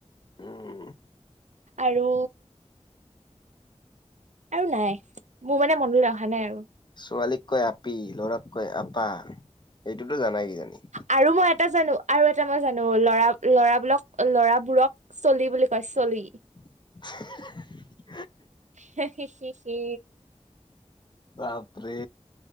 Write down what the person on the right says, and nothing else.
আৰু আৰু নাই, মোৰ মানে মনলৈ অহা নাই আৰু।
আৰু মই এটা জানো আৰু এটা মই জানো, ল'ৰা ল'ৰাবোৰক, লৰাবোৰক চলি বুলি কয়। চলি।
হে হে হে